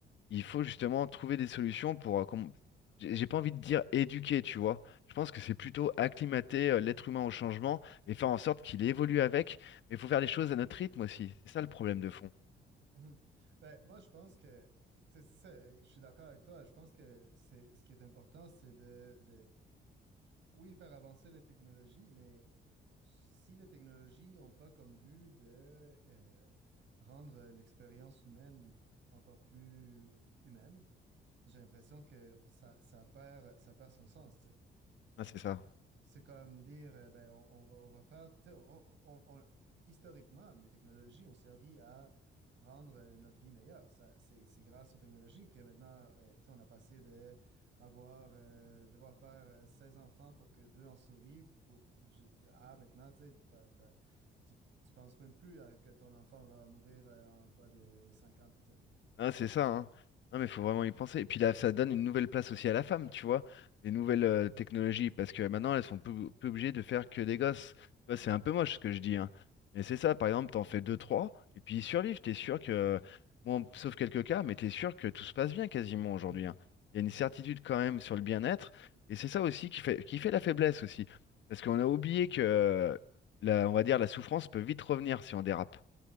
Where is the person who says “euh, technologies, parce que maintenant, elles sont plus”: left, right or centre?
Left